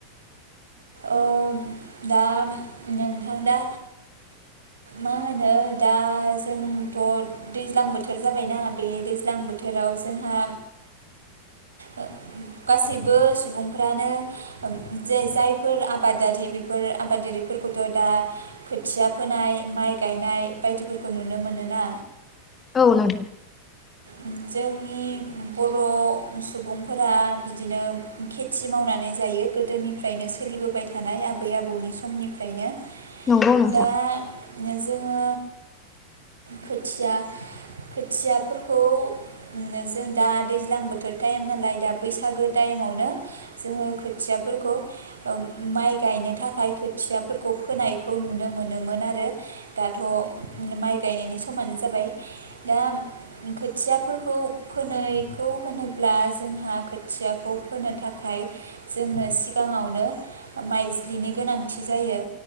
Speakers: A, on the right; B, on the left.
A: ओ दा नोंथां दा मा होनो दा जोंथ' दैज्लां बोथोर जाबायना बे दैज्लां बोथोराव जोंहा ओ गासैबो सुबुंफ्रानो <unintelligible> जे जाय फोर आबादारि बेफोर आबादारिफोरखौथ' दा खोथिया फोनाय माइ गायनाय बायदिफोरखौ नुनो मोनोना
B: औ <unintelligible>
A: उम जोंनि बर' सुबुंफोरा बिदिनो खेथि मावनानै जायो गोदोनिफ्रायनो स सोलिबोबाय थानाय आबै -आबौनि समनिफ्रायनो
B: नंगौ नोंथां
A: दा <unintelligible> जोङो खोथिया खोथियाफोरखौ इनो जों दा दैज्लां बोथोर थाइम नालाय दा बैसागो टाइमावनो जोङो खोथियाफोरखौ ओम माइ गायनो थाखाय खोथियाफोरखौ फोनायखौ नुनो मोनोमोन आरो दाथ' माइ गायनायनि समानो जाबाय दा खोथियाफोरखौ फोनायखौ होनोब्ला जोंहा खोथियाखौ फोनो थाखाय जोंनो सिगाङावनो माइज्लिनि गोनांथि जायो